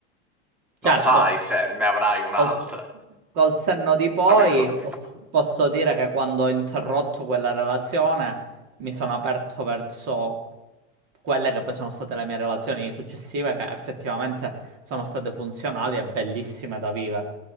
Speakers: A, in the centre; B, on the right.
A: non
B: certo.
A: sai se ne avrai un'altra,
B: Col, s- col senno di poi
A: tra virgolette.
B: pos- posso dire che quando ho interrotto quella relazione mi sono aperto verso quelle che poi sono state le mie relazioni successive, che effettivamente sono state funzionali e bellissime da vivere.